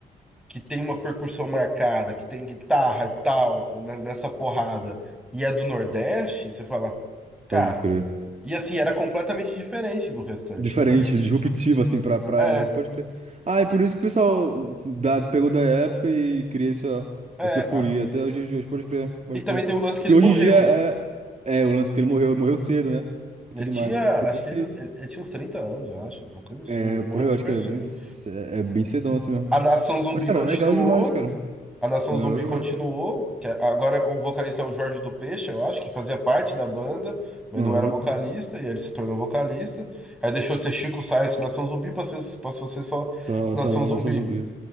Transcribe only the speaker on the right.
Pode crer.
Diferente,
disruptivo, assim, pra, pra
época. Pode crer. Ah, é por isso que o pessoal da, pegou da época e cria essa,
essa euforia
até os dias de hoje. Pode crer, pode
crer.
Porque
hoje
em dia
é, é o lance que ele morreu, morreu cedo, né? E
tudo
mais. Por
isso
que.
É,
por
aí,
eu acho que era
20. É, é bem cedão assim mesmo.
Mas, cara,
legal demais, cara.
Legal
demais.
Aham.
Só,
só
nação zumbi.